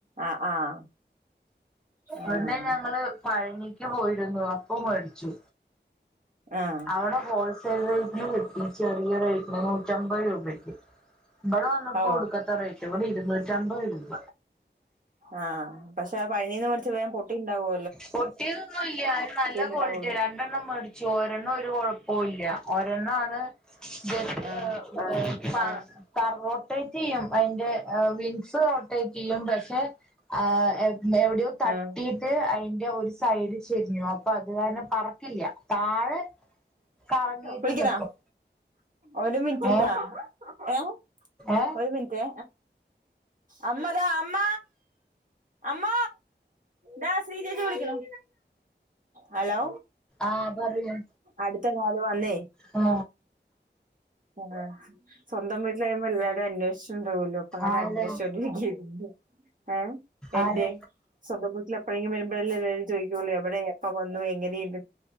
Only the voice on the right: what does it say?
ആഹ് ആഹ് ആഹ്
ആഹ്
ഓ
ആ പക്ഷേ ആ പനി ഒക്ക പേടിച് വേഗം പൊട്ടി ഇണ്ടാവോ
ഉണ്ടാവുള്ളൂ
ആഹ് ആഹ്
ആഹ്
വിളിക്കണോ
ഒരു മിൻറ്റ്
ട്ടാ ഏ
ഒര് മിൻറ്റേ അമ്മതാ അമ്മ അമ്മ ദാ ശ്രീജേച്ചി വിളിക്ക്ണൂ. ഹലോ
അട്ത്ത കോള് വന്നേ
ആ സ്വന്തം വീട്ട്ലായ്മ്പം എല്ലാ അന്വേഷിച് ഇണ്ടാവോല്ലോ അപ്പ അങ്ങനെ
അന്നേഷ്ച്ചോണ്ടിരിക്കാഴിരുന്നു ഏ എന്റെ
സ്വന്തം വീട്ട്ല് എപ്പഴെങ്കിം വരുമ്പയല്ലേ ചോ ചോയിക്കൊള്ളൂ എവടെ എപ്പ വന്നു എങ്ങനെ <unintelligible>